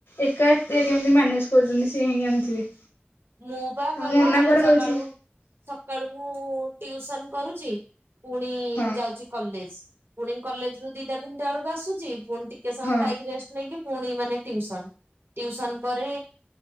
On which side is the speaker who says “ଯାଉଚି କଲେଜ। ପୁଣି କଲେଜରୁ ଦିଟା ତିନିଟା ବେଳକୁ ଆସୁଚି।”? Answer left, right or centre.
Right